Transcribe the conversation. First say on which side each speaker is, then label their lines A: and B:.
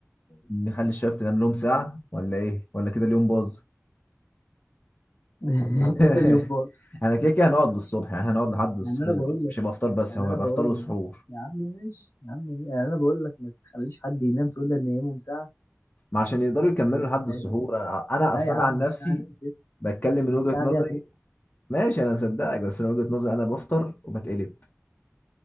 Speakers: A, on the left; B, on the left.
A: نخلي الشباب تنام لهم ساعة ولا ايه ولا كده اليوم باظ
B: <laughs>
A: <laughs>
B: كده اليوم باظ
A: احنا كده كده هنقعد للصبح يعني هنقعد لحد السحور
B: يعني انا بقول
A: مش هيبقى فطار بس
B: يعني
A: هو
B: انا
A: هيبقى
B: بقول
A: فطار وسحور
B: لك يا عم ماشي يا عم ماشي. يعني انا بقول لك ما تخليش حد ينام تقول لي ان ينامهم ساعه
A: ما عشان يقدروا يكملوا لحد
B: لا
A: السحور انا انا
B: لا
A: اصلا
B: يا عم
A: عن نفسي
B: الساعه دي هتسمع
A: بتكلم من
B: الساعه
A: وجهة نظري
B: دي هتسمع
A: ماشي انا مصدقك بس انا وجهة نظري انا بفطر وبتقلب